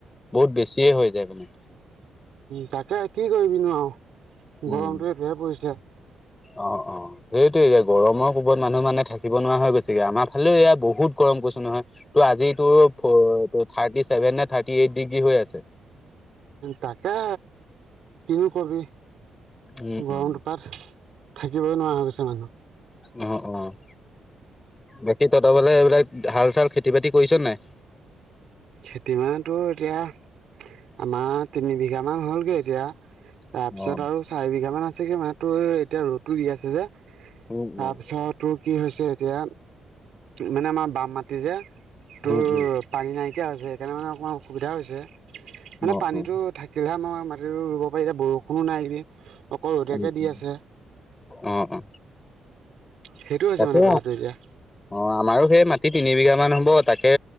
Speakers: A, on the left (about 20°); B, on the right (about 70°).
A: বহুত বেছিয়ে হৈ যায় মানে।
B: তাকে কি কৰিবনো আৰু
A: উম,
B: গৰমটো এইটোহে পৰিছে।
A: অ', অ'। সেইটোয়েটো এতিয়া গৰমৰ কোবত মানুহ মানে থাকিব নোৱাৰা হৈ গৈছেগে, আমাৰ ফালেও এয়া বহুত গৰম কৈছো নহয়। ত আজি তো থাৰ্টি ছেভেন নে থাৰ্টি এইট ডিগ্ৰী হৈ আছে।
B: তাকে কিনো কবি
A: উম, উম,
B: গৰমটোৰ পা থা থাকিবই নোৱাৰা হৈ গৈছে মানুহ।
A: অ', অ' বাকী তহ'তৰ ফালে এইবিলাক হাল চাল খেতি বাতি কৰিছ নাই?
B: খেতি মানে তোৰ এতিয়া আমাৰ তিনি বিঘামান হ'লগৈ এতিয়া। তাৰপিছত
A: অ'
B: আৰু চাৰি বিঘা মান আছেগে মানো এতিয়া ৰ'দটো দি আছে যে,
A: উম, উম,
B: তাৰপিছত তোৰ কি হৈছে এতিয়া মানে আমাৰ বাম মাটি যে তোৰ
A: উম, উম,
B: পানী নাইকিয়া হৈছে, সেইকাৰণে মানে অকণমান অসুবিধা হৈছে। মানে
A: অ'
B: পানীটো
A: অ'
B: থাকিলেহে আমাৰ মাটিতো ৰুব পাৰি, এতিয়া বৰষুণো নাই এই অকল ৰ'দকে
A: উম,
B: দি
A: উম।
B: আছে,
A: অ অ
B: সেইটো হৈছে
A: তাকে
B: মানে কথাটো এতিয়া।
A: অ' আমাৰো সেই মাটি তিনি বিঘা মান হ'ব তাক সে